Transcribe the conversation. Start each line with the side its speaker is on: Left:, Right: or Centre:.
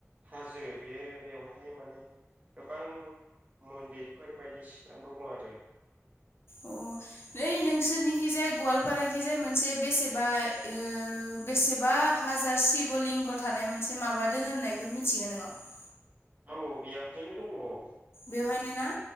Right: हाजो बेयो बेवहाय माने गोबां मन्दिरफोर बायदिसिना दङ आरो।
Left: अ नै नोंसोरनिखिजाय गवालपाराखिजाय मोनसे बेसेबा ओ बेसेबा हाजार शिब लिंग थानाय मोनसे माबादों होननायखौ मिथिग नोंगो? <inaudible>
Right: औ बेवहायनो दङ।
Left: बेवहायनो ना